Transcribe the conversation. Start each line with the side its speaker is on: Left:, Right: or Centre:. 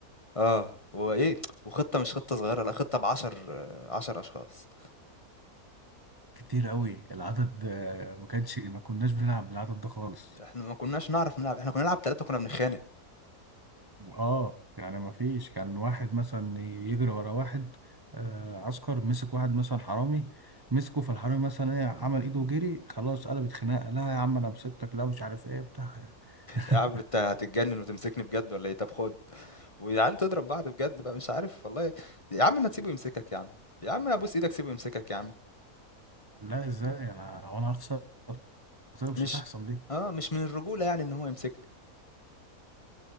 Left: اه وايه وخطة مش خطة صغيرة لا خطة بعشر آه، عشر اشخاص
Right: كتير قوي العدد آه، ما كانش ما كناش بنلعب بالعدد ده خالص
Left: احنا ما كناش نعرف نلعب احنا كنا نلعب ثلاثة كنا بنتخانق
Right: اه يعني ما فيش كان واحد مثلا يجري ورا واحد آه عسكر مسك واحد مثلا حرامي مسكه فالحرامي مثلا ايه عمل ايده وجري خلاص قلبت خناقه لا يا عم انا مسكتك لا مش عارف ايه بتاع <laughs>
Left: يا عم انت هتتجنن وتمسكني بجد ولا ايه طب خد والعيال تضرب بعض بجد بقى مش عارف والله يا عم ما تسيبه يمسكك يا عم يا عم ابوس ايدك سيبه يمسكك يا عم
Right: لا ازاي انا وانا هخسر مش
Left: مش
Right: هتحصل دي
Left: اه مش من الرجولة يعني ان هو يمسكني